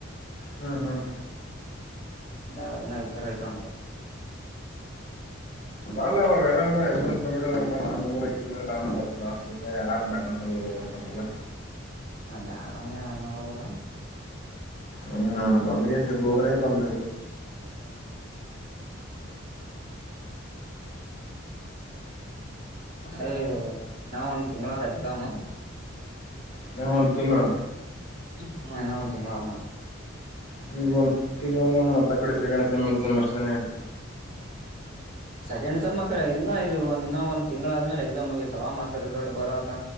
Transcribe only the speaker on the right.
ಾಳ ದನ ಇದ್ದಾರಐ್ತ ಅಂತ
ಆ ಬೇಡ ಅನ್ನ ಅನಲ್ಲ ಕೂಡ
ಹ ಅಯ ನಾ ಒಂದ ತಿಂಗಗಳಾದ ಎಕ್ಸಾಮ್
ಹ್ಮ ಇನ ಒಂದ ತಿಂಗಳ ನೋಡ
ಸೆಕೆಂಡ್ಸ ಮಕ್ಕಳ ಇಲ್ಲ ಇದು ಒಂದಿನ ಒಂದ ತಿಂಗಳ ಆದ್ಮೇಲೆ ಎಕ್ಸಾಮ್ ಹೋಗಿತವ ಮತ್ರ ರಿಸಲ್ಟ್ ಬರದ